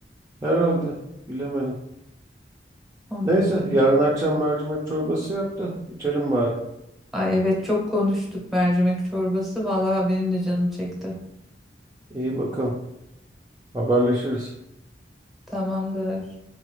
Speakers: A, on the right; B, in the centre.
A: Herhalde. Bilemedim.
B: Ona
A: Neyse,
B: yormak.
A: yarın akşam mercimek çorbası yap da içelim bari.
B: Ay evet çok konuştuk mercimek çorbası. Vallahi benim de canım çekti.
A: İyi bakalım. Haberleşiriz.
B: Tamamdır.